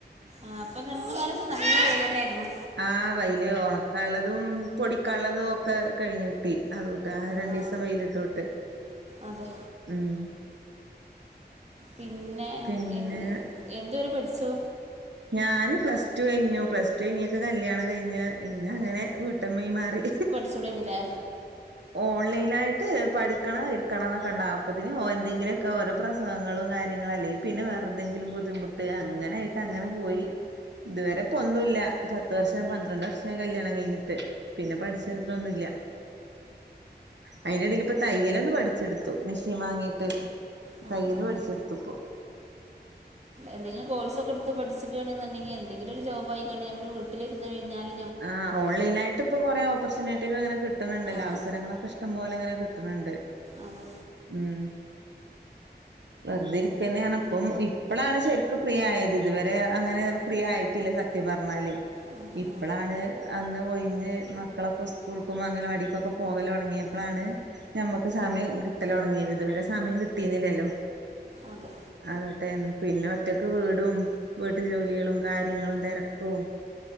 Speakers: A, on the right (about 40°); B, on the right (about 85°).
A: ആഹ് ഇപ്പോ രണ്ട് മൂന്നാലീസംവര നല്ല വെയിലെന്നായിരുന്നു.
B: ആഹ് വെയിൽ ഒണക്കാള്ളതും പൊടിക്കാള്ളതും ഒക്കെ കഴിഞ്ഞിട്ടി, അതൊ ആഹ് രണ്ടിസം
A: ആ
B: വെയിലിട്ടോട്ട്
A: അതെ
B: ഉം.
A: പിന്നെ എ
B: പിന്നെ
A: എന്ന് എന്ത് വരെ പഠിച്ചു.
B: ഞാന് പ്ലസ് ടു കഴിഞ്ഞു പ്ലസ് ടു കഴിഞ്ഞിക്ക് കല്യാണം കഴിഞ്ഞ് പിന്നങ്ങനെ വീട്ടമ്മായി മാറി.
A: ചുടന്നിലേ.
B: ഓൺലൈനായിട്ട് പഠിക്കണം ഇട്ക്കണം എന്നൊക്കെണ്ടാവും, അപ്പത്തിന് ഓൻ എന്തെങ്കിലുമൊക്കെ ഓരോ പ്രസവങ്ങളും കാര്യങ്ങളും അല്ലെങ്കിൽ പിന്നെ വേറെന്തെങ്കിലും ബുദ്ധിമുട്ട് അങ്ങനെയിട്ട് അങ്ങനെ പോയി. ഇതുവരെ ഇപ്പൊന്നുല്ല പത്ത് വർഷം പന്ത്രണ്ട് വർഷായി കല്ല്യാണം കഴിഞ്ഞിട്ട്. പിന്നെ പഠിച്ചട്ടൊന്നുല്ല. അയിന്റെ ഇടൽ ഇപ്പോ തയ്യൽ ഒന്ന് പഠിച്ചെടുത്തു മെഷീൻ വാങ്ങിട്ട്.
A: ആ
B: തയ്യൽ
A: ആ ആ
B: പഠിച്ചെടുത്തു ഇപ്പോ.
A: എന്തെങ്കിലും കോഴ്സ് ഒക്കെ എടുത്ത് പഠിച്ച്ക്കാണെങ്കിൽ എന്തെങ്കിലും ഒരു ജോബായിക്കാണ്ട് നമ്മള് വീട്ടിലിരുന്ന് കഴിഞ്ഞാല്.
B: ആഹ് ഓൺലൈനായിട്ട് ഇപ്പോ കുറെ ഓപ്പർച്യൂണിറ്റികൾ ഇങ്ങനെ കിട്ടുന്നുണ്ടല്ലോ
A: ആ
B: അവസരങ്ങളൊക്കെ ഇഷ ഇഷ്ടം പോലെ അങ്ങനെ കിട്ടണണ്ട്.
A: അതെ
B: ഉം വെറുതെ ഇരിക്കന്നെണിപ്പം ഇപ്പളാണ് ശരിക്കും ഫ്രീ ആയത്, ഇതുവരെ അങ്ങനെ ഫ്രീ ആയി ട്ടില്ല സത്യം പറഞ്ഞാല്.
A: ആ ആ
B: ഇപ്പോളാണ് അന്ന് ഒയിഞ്ഞ് മക്കളൊക്കെ സ്കൂൾക്കും അംഗനവാടിക്കൊക്കെ പോകല് തുടങ്ങിയപ്പോളാണ് ഞമ്മക്ക് സമയം കിട്ടലൊടങ്ങിയത്, ഇതുവരെ സമയം കിട്ടീന്നില്ലല്ലോ.
A: അതെ.
B: അതൊട്ടേന്ന് പിന്നെ ഒറ്റക്ക് വീടും വീട്ടു ജോലികളും കാര്യങ്ങളും തിരക്കും